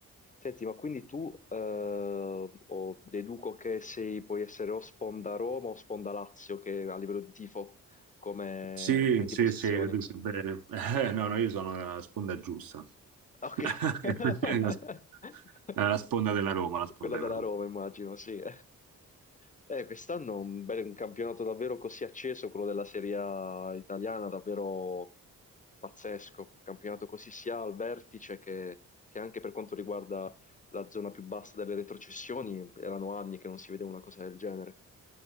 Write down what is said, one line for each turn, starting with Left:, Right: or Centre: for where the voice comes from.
Left: Senti, ma quindi tu eh, o deduco che sei, puoi essere o sponda Roma o sponda Lazio, che a livello di tifo, come,
Right: Sì,
Left: come ti
Right: sì,
Left: posizioni?
Right: sì, riduce il bene. Eh, no, no, io sono la sponda giusta.
Left: Ok.
Right: <laughs>
Left: <laughs>
Right: La sponda della Roma, la sponda
Left: Quella della
Right: della Roma.
Left: Roma, immagino, sì. <laughs> Eh, quest'anno un, bel, un campionato davvero così acceso, quello della Serie A italiana, davvero pazzesco. Un campionato così sia al vertice che, che anche per quanto riguarda la zona più bassa delle retrocessioni, erano anni che non si vedeva una cosa del genere.